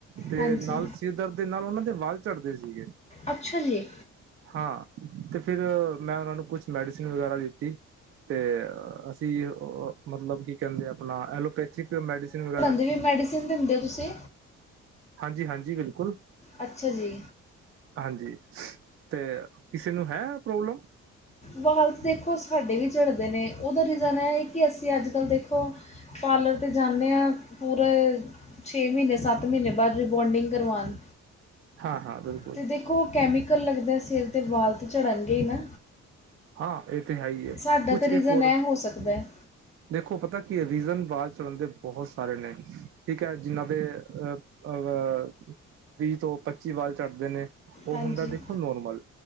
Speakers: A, on the right; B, on the left.
A: ਤੇ
B: ਹਾਂਜੀ
A: ਨਾਲ ਸਿਰਦਰਦ ਦੇ ਨਾਲ ਉਨਾਂ ਦੇ ਵਾਲ ਚੜ੍ਹਦੇ ਸੀਗੇ।
B: ਅੱਛਾ ਜੀ!
A: ਹਾਂ, ਤੇ ਫਿਰ ਮੈ ਉਨਾ ਨੂੰ ਕੁਛ ਮੈਡੀਸਨ ਵਗੈਰਾ ਦਿੱਤੀ। ਅਤੇ ਅਸੀਂ ਮਤਲਬ ਕੀ ਕਹਿੰਦੇ ਆਪਣਾ ਐਲੋਪੈਥਿਕ ਮੈਡੀਸਨ ਵਗੈਰਾ।
B: ਅਤੇ ਫਿਰ ਮੈਡੀਸਨ ਦਿੰਦੇ ਹੋ ਤੁਸੀਂ?
A: ਹਾਂਜੀ ਹਾਂਜੀ ਬਿਲਕੁਲ।
B: ਅੱਛਾ ਜੀ।
A: ਹਾਂਜੀ, ਤੇ ਕਿਸੇ ਨੂੰ ਹੈ ਪ੍ਰੋਬਲਮ?
B: ਵਾਲ ਤਾਂ ਦੇਖੋ ਸਾਡੇ ਵੀ ਝੜਦੇ ਨੇ ਉਹਦਾ ਰੀਜ਼ਨ ਇਹ ਹੈ ਕਿ ਅਸੀਂ ਅੱਜ ਕੱਲ੍ਹ ਦੇਖੋ। ਪਾਰਲਰ ਤੇ ਜਾਂਦੇ ਹਾਂ ਪੂਰੇ। ਛੇ ਮਹੀਨੇ ਸੱਤ ਮਹੀਨੇ ਬਾਅਦ ਰਿਬੋਂਡਿੰਗ ਕਰਵਾਉਣ।
A: ਹਾਂ ਹਾਂ ਬਿਲਕੁਲ।
B: ਅਤੇ ਦੇਖੋ ਉਹ ਕੈਮੀਕਲ ਲੱਗਦਾ ਸਿਰ 'ਤੇ ਵਾਲ ਤਾਂ ਝੜਨਗੇ ਹੀ ਨਾ।
A: ਹਾਂ ਇਹ ਤਾਂ ਹੈ ਹੀ ਹੈ
B: ਸਾਡਾ
A: ਕੁਛ
B: ਤਾਂ ਰੀਜ਼ਨ
A: ਇੱਕ ਹੋਰ।
B: ਇਹ ਹੋ ਸਕਦਾ ਹੈ
A: ਦੇਖੋ ਪਤਾ ਕੀ ਰੀਜ਼ਨ ਵਾਲ ਝੜਨ ਦੇ ਬਹੁਤ ਸਾਰੇ ਨੇ ਠੀਕ ਹੈ ਜਿਨਾਂ ਦੇ ਅ। ਅ ਵੀਹ ਤੋਂ ਪੱਚੀ ਵਾਲ ਝੜਦੇ ਨੇ। ਉਹ
B: ਹਾਂਜੀ
A: ਹੁੰਦਾ ਦੇਖੋ ਨੋਰਮਲ